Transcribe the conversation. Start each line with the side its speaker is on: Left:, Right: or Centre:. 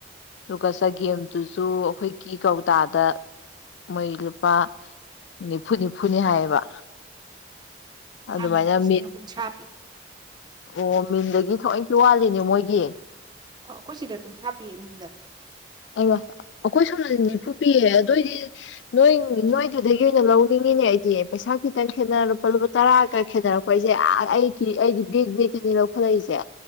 Left: ꯗꯨꯒ
Right: ꯑꯣ
Left: ꯆꯥꯒꯦꯝꯗꯨꯁꯨ ꯑꯩꯈꯣꯏ ꯒꯤ ꯀꯧꯇꯥꯗ ꯃꯣꯏ ꯂꯨꯄꯥ ꯅꯤꯐꯨ ꯅꯤꯐꯨꯅꯤ ꯍꯥꯏꯌꯦꯕ ꯑꯗꯨꯃꯥꯏꯅ
Right: ꯇꯥꯡꯉꯤ ꯑꯩꯈꯣꯏ ꯁꯤꯗꯅ
Left: ꯃꯤꯟ
Right: ꯀꯨꯟꯊ꯭ꯔꯥ ꯄꯤ
Left: ꯑꯣ ꯃꯤꯟꯗꯒꯤ ꯊꯑꯣꯏ ꯀꯤ ꯋꯥꯜꯂꯤꯅꯦ ꯃꯣꯏꯒꯤ
Right: ꯑꯣ ꯑꯈꯣꯏ ꯁꯤꯗ ꯀꯨꯟꯊ꯭ꯔꯥ ꯄꯤꯌꯦ ꯃꯤꯟꯗ
Left: ꯑꯩꯃ ꯑꯩꯈꯣꯏ ꯁꯣꯝꯗꯗꯤ ꯅꯤꯐꯨ ꯄꯤꯌꯦ ꯑꯗꯣꯏꯗꯤ ꯅꯣꯏ ꯅꯣꯏꯗꯨꯗꯒꯤ ꯑꯣꯏꯅ ꯂꯧꯅꯤꯡꯉꯤꯅꯦ ꯑꯩꯗꯤ ꯄꯩꯁꯥ ꯈꯤꯇꯪ ꯈꯦꯠꯅꯔ ꯂꯨꯄꯥ ꯂꯨꯄꯥ ꯇꯔꯥꯒ ꯈꯦꯠꯅꯔꯛ ꯈꯣꯏꯁꯦ ꯑꯥ ꯑꯩꯒꯤ ꯑꯩꯒꯤ ꯕꯦꯛ ꯕꯦꯛꯇꯥꯅꯤ ꯂꯧꯈꯠꯂꯛꯏꯖꯦ